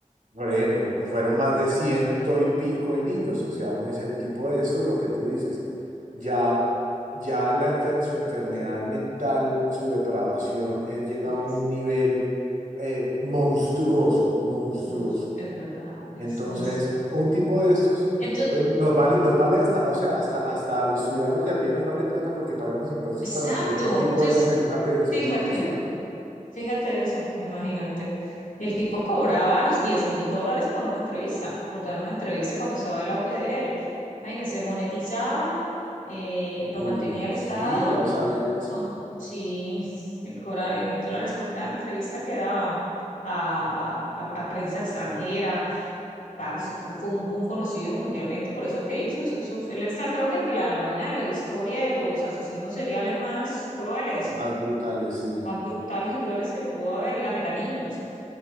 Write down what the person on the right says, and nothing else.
por ejemplo, fueron más de ciento y pico de niños, o sea, uno dice, un tipo de estos, lo que tú dices, ya, ya la enfer- su enfermedad mental, su depravación, eh, llega
a un
nivel eh, monstruoso, monstruoso.
Entonces,
un tipo de estos,
pues, nos vale, nos vale hasta, o sea, hasta, hasta a los ciudadanos de a pie nos vale plata porque pagamos impuestos
para mantener un tipo
de esos en una, pre-
en una prisión.
Uy,
sí,
yo no sabía eso.
Más brutales, sí.